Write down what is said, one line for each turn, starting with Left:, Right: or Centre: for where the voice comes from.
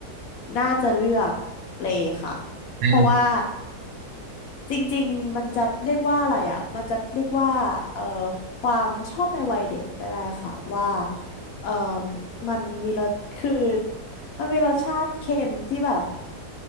Left: น่าจะเลือกเลค่ะ
Right: อืม
Left: เพราะว่าจริงๆมันจะเรียกว่าอะไรอ่ะมันจะเรียกว่าเอ่อความชอบในวัยเด็กก็ได้ค่ะว่าเอ่อมันมีรสคือมันมีรสชาติเค็มที่แบบ